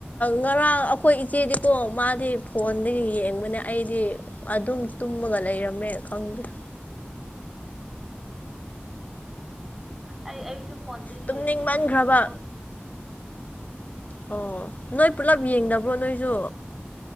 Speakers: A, on the left; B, in the centre.
A: ꯉꯔꯥꯡ ꯑꯩꯈꯣꯏ ꯏꯆꯦꯗꯤꯀꯣ ꯃꯥꯗꯤ ꯐꯣꯟꯗꯒꯤ ꯌꯦꯡꯕꯅꯦ ꯑꯩꯗꯤ ꯑꯗꯨꯝ ꯇꯨꯝꯃꯒ ꯂꯩꯔꯝꯃꯦ ꯈꯪꯗ꯭ꯔꯦ
B: ꯑꯩ ꯑꯩꯁꯨ ꯐꯣꯟꯗꯒꯤ
A: ꯇꯨꯝꯅꯤꯡꯃꯟꯈ꯭ꯔꯕ
B: ꯌꯦꯡꯉꯦ ꯏꯊꯟꯇꯀꯣ
A: ꯑꯣ ꯅꯣꯏ
B: ꯑꯥ
A: ꯄꯨꯂꯞ ꯌꯦꯡꯗꯕ꯭ꯔꯣ ꯅꯣꯏꯁꯨ